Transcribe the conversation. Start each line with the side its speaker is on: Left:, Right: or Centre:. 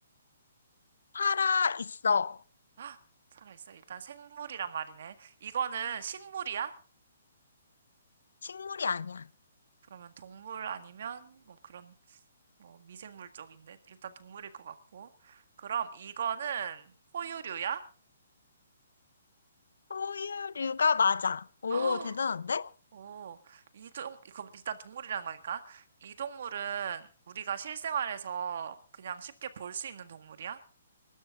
Left: 살아 있어.
Right: 아, 살아있어. 일단 생물이란 말이네. 이거는 식물이야?
Left: 식물이 아니야.
Right: 그러면 동물 아니면 뭐 그런 뭐 미생물 쪽인데 일단 동물일 것 같고. 그럼 이거는 포유류야?
Left: 포유류가 맞아.
Right: <gasps>
Left: 오,
Right: 어,
Left: 대단한데?
Right: 오, 이동, 그럼 일단 동물이라는 거니까. 이 동물은 우리가 실생활에서 그냥 쉽게 볼 수 있는 동물이야?